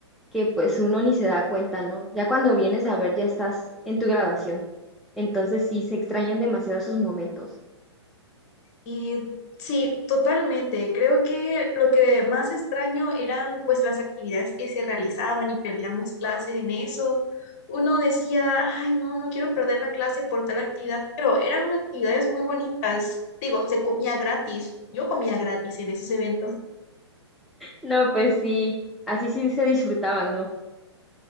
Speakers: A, in the centre; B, on the left.
A: que pues uno ni se da cuenta, ¿no? Ya cuando vienes a ver, ya estás en tu graduación. Entonces sí, se extrañan demasiado esos momentos.
B: Y sí, totalmente. Creo que lo que más extraño eran pues las actividades que se realizaban y perdíamos clases en eso. Uno decía, ay, no, no quiero perder la clase por tal actividad, pero eran actividades muy bonitas. Digo, se comía gratis. Yo comía gratis en esos eventos.
A: No, pues sí, así sí se disfrutaban, ¿no?